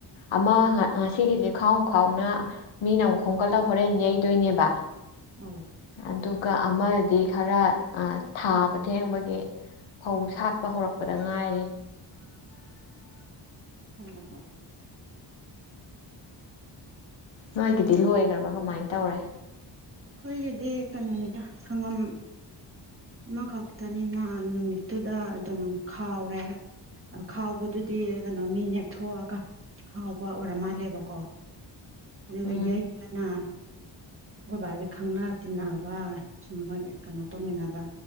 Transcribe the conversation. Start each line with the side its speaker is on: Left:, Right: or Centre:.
Left: ꯑꯃ ꯉꯁꯤꯒꯤꯁꯦ ꯈꯥꯎ ꯈꯥꯎꯅ ꯃꯤꯅ ꯑꯃꯨꯛ ꯈꯣꯝꯒꯠꯂꯒ ꯍꯣꯔꯦꯟ ꯌꯩꯗꯣꯏꯅꯦꯕ
Right: ꯑ
Left: ꯑꯗꯨꯒ ꯑꯃꯗꯤ ꯈꯔ ꯊꯥꯕ ꯊꯦꯡꯕꯒꯤ ꯐꯧ ꯁꯥꯠꯄ ꯍꯧꯔꯛꯄ ꯐꯗ ꯉꯥꯏꯔꯤ
Right: ꯑꯪꯑꯥ
Left: ꯅꯣꯏꯒꯤꯗꯤ ꯂꯣꯏꯒꯔꯕ ꯀꯃꯥꯏꯅ ꯇꯧꯔꯦ
Right: ꯈꯣꯏꯒꯤꯗꯤ ꯀꯩꯅꯣꯅꯤꯗ ꯁꯪꯉꯝ ꯑꯃꯈꯛꯇꯅꯤꯅ ꯅꯨꯃꯤꯠꯇꯨꯗ ꯑꯗꯨꯝ ꯈꯥꯎꯔꯦ ꯈꯥꯎꯕꯗꯨꯗꯤ ꯀꯩꯅꯣ ꯃꯤ ꯅꯦꯛꯊꯣꯛꯑꯒ ꯈꯥꯎꯕ ꯑꯣꯏꯔ ꯃꯥꯜꯂꯦꯕꯀꯣ ꯑꯗꯨꯅ
Left: ꯎꯝ
Right: ꯌꯩ ꯑꯥ ꯈꯣꯏ ꯕꯥꯒꯤ ꯈꯪꯅ ꯇꯤꯟꯅꯕ ꯁꯨꯝ ꯃꯣꯏ ꯀꯩꯅꯣ ꯇꯧꯃꯤꯟꯅꯕ